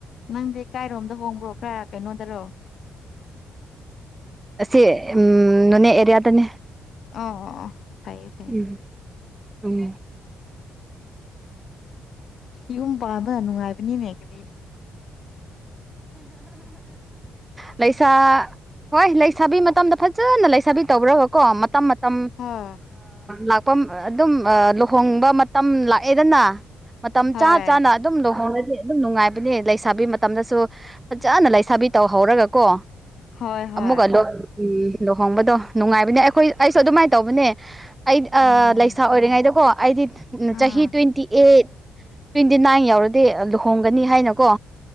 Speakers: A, on the left (about 60°); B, on the right (about 15°).
A: ꯅꯪꯗꯤ ꯀꯥꯏꯔꯣꯝꯗ ꯍꯣꯡꯕ꯭ꯔꯣ ꯈꯔ ꯀꯩꯅꯣꯗꯔꯣ
B: ꯑꯁꯤ ꯎꯝ ꯅꯣꯅꯦ ꯑꯦꯔꯤꯌꯥꯗꯅꯦ
A: ꯑ ꯐꯩꯌꯦ ꯐꯩꯌꯦ
B: ꯎꯝ ꯎꯝ
A: ꯌꯨꯝ ꯄꯥꯟꯕ ꯅꯨꯡꯉꯥꯏꯕꯅꯤꯅꯦ ꯑꯗꯨꯗꯤ
B: ꯂꯩꯁꯥ ꯍꯣꯏ ꯂꯩꯁꯥꯕꯤ ꯃꯇꯝꯗ ꯐꯖ ꯐꯖꯅ ꯂꯩꯁꯥꯕꯤ ꯇꯧꯕ꯭ꯔꯕ ꯀꯣ ꯃꯇꯝ ꯃꯇꯝ
A: ꯍꯣꯏ
B: ꯂ ꯑꯗꯨꯝ ꯂꯨꯍꯣꯡꯕ ꯃꯇꯝ ꯂꯥꯛꯑꯦꯗꯅ ꯃꯇꯝ
A: ꯍꯣꯏ
B: ꯆꯥ ꯆꯥꯅ ꯑꯗꯨꯝ ꯂꯨꯍꯣꯡꯡꯂꯗꯤ ꯑꯗꯨꯝ ꯅꯨꯡꯉꯥꯏꯕꯅꯦ ꯂꯩꯁꯥꯕꯤ ꯃꯇꯝꯗꯁꯨ ꯐꯖꯅ ꯂꯩꯁꯥꯕꯤ ꯇꯧꯍꯧꯔꯒ ꯀꯣ
A: ꯍꯣꯏ ꯍꯣꯏ
B: ꯑꯃꯨꯛꯀ ꯎꯝ ꯂꯨꯍꯣꯡꯕꯗꯣ ꯅꯨꯡꯉꯥꯏꯕꯅꯦ ꯑꯩꯈꯣꯏ ꯑꯩꯁꯨ ꯑꯗꯨꯃꯥꯏꯅ ꯇꯧꯕꯅꯦ ꯑꯩ
A: ꯑꯣ
B: ꯂꯩꯁꯥ ꯑꯣꯏꯔꯤꯉꯩꯗꯀꯣ ꯑꯩꯗꯤ ꯆꯍꯤ
A: ꯑꯥ
B: ꯇ꯭ꯋꯦꯟꯇꯤ ꯑꯩꯠ ꯇ꯭ꯋꯦꯟꯇꯤ ꯅꯥꯏꯟ ꯌꯥꯎꯔꯗꯤ ꯂꯨꯍꯣꯡꯒꯅꯤ ꯍꯥꯏꯅꯀꯣ